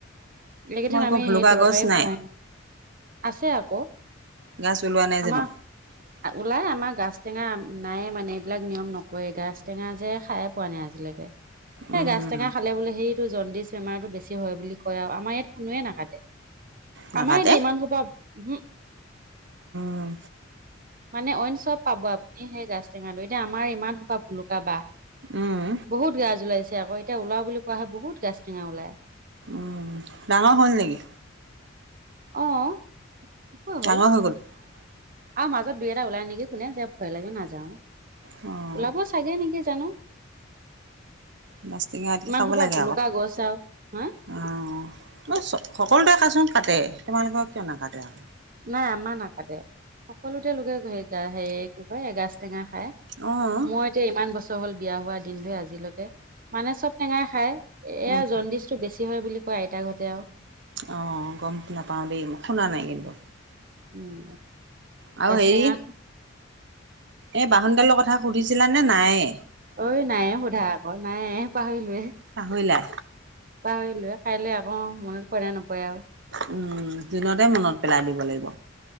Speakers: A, on the right (about 45°); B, on the right (about 65°).
A: এইকেইদিন
B: তোমালোকৰ
A: আমি
B: ভুলুকা
A: সেই তৰকাৰী
B: গছ নাই
A: খুৱাই আছে আকৌ,
B: গাছ ওলোৱা নাই
A: আমাৰ
B: <inaudible>
A: ওলাই, আমাৰ গাাজ টেঙা নায়েই মানে, এইবিলাক নিয়ম নকৰে, গাজ টেঙা যে খায়েই পোৱা নাই আজিলৈকে।
B: উম
A: এই গাছ টেঙা খালে বোলে সেইটো জণ্ডিচ বেমাৰটো বেছি হয় বুলি কয় আৰু আমাৰ ইয়াত কোনোৱেই নাাকাটে।
B: নাকাটে
A: আমাৰ এতিয়া ইমান সোপা, উহো।
B: উম।
A: মানে অইন চব পাব আপুনি সেই গাছ টেঙাটো, এতিয়া আমাৰ ইমান সোপা ভলুকা বাহ
B: উম
A: বহুত গাজ ওলাইছে আকৌ, এতিয়া ওলাও বুলি কোৱা হয় বহুত গাজ টেঙা ওলায়।
B: উম, ডাঙৰ হ'ল নেকি?
A: অ', অ'
B: ডাঙৰ
A: হল
B: হৈ গ'ল
A: আৰু মাজত দুই এটা ওলাই নেকি শোনে যে ভয় লাগে নাযাও।
B: অ'।
A: ওলাব চাগে নেকি জানো।
B: বাছটিঙা এটি
A: ইমান
B: খাব
A: সপা
B: লাগে
A: ভুলুকা
B: আকৌ
A: গছ আৰু, হা
B: অ' বা চ-সকলোকে কাচোন কাটে তোমালোকৰ কিয় নাকাটে আৰু?
A: নাই আমাৰ নাকাটে। সকলোতে লোকে হে কি কয় এগাছ টেঙা খাই,
B: অ',
A: মই যে ইমান বছৰ হ'ল বিয়া হোৱা দিন ধৰে আজিলৈকে, মানে চব টেঙা খাই এয়া
B: উম,
A: জণ্ডিছ বেছি হয় বুলি কয় আইতাহঁতে আৰু।
B: অ' গ'ম নাপাওঁ দেই। মই শুনা নাই কিন্তু।
A: উম,
B: আৰু
A: কাষ্টেঙা
B: হেৰি এই বাহনডালৰ কথা সুধিছিলানে নায়ে?
A: ঐ নায়ে সোধা আকৌ, নাই পাহৰিলোয়ে।
B: পাহৰিলা?
A: পাহৰিলোঁ। কাইলৈ আকৌ মনত পৰে নপৰে আৰু
B: উম, দিনতে মনত পেলাই দিব লাগিব।